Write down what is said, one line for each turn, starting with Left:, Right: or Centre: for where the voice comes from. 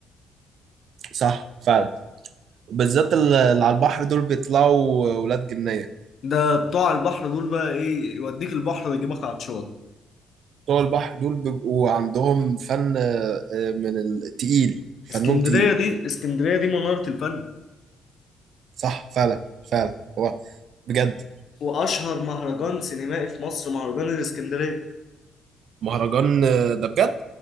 Right: صح فعلا بالذات اللي على البحر دول بيطلعوا ولاد جنية
Left: ده بتوع البحر دول بقى إيه يوديك البحر ويجيبك عطشان
Right: بتوع البحر دول بيبقوا عندهم فن آه، آه، من التقيل فنهم
Left: اسكندرية
Right: تقيل
Left: دي اسكندرية دي منارة الفن
Right: صح فعلا فعلا هو بجد
Left: واشهر مهرجان سينمائي في مصر مهرجان الاسكندريه
Right: مهرجان آه، ده بجد